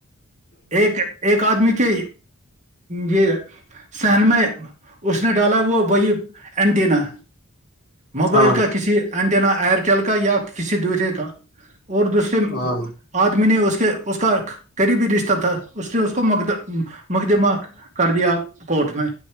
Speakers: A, on the right (about 35°); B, on the left (about 45°).
A: ایک ایک آدمی کے یہ صحن میں اس نے ڈالا وہ وہی اینٹینا موبائل
B: ہاں
A: کا کسی اٹینا ایئرچل کا یا کسی دوسرے کا اور دوسرے
B: ہاں ہوں،
A: آدمی نے اس کے اس کا قریبی رشتہ تھا اس سے اس کو م مقدمہ کر دیا کٹ میں